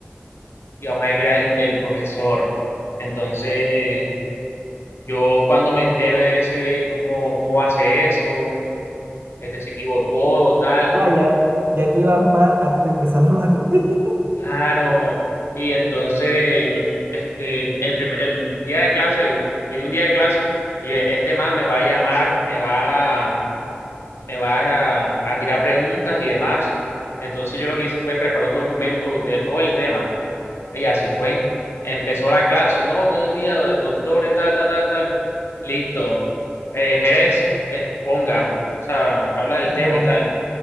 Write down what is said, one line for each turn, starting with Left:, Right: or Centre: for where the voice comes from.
Left: Y vamos a decir que era el, el profesor. Entonces, yo cuando me entero de eso, yo le dije, ¿cómo, cómo va a ser eso? Este se equivocó, tal.
Right: vaya, ya tú ibas mal antes de empezar la mate. <laughs>
Left: Claro, y entonces, mm, este, el, primer- el día de clase, venía un día de clase y eh, este man me va a llamar, me va, a- me va a, a tirar preguntas y demás. Entonces yo lo que hice fue preparar un documento de todo el tema. Y así fue. Empezó la clase, no, buenos días, doctores, tal, tal, tal, tal. Listo. Eh, Jerez, exponga, o sea, habla del tema
Right: No,
Left: y tal.